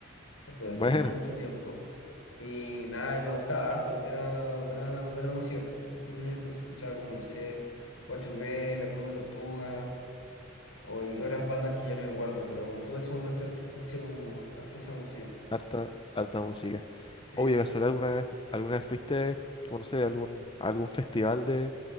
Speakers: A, on the left; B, on the left.
A: pero hace
B: Bueno,
A: mucho tiempo. Y nada, y me gustaba harto, era buena, buena música. yo tenía entonces escuchaba como, no sé, 8B, La Combo Tortuga, o, y otras bandas que ya no me acuerdo, pero tuve ese momento en el que escuché como harto esa música.
B: harta, harta música.
A: Sí,
B: Oye,
A: sí.
B: ¿casualidad
A: Sí,
B: alguna vez, alguna vez fuiste, como no sé, algún, a algún festival de,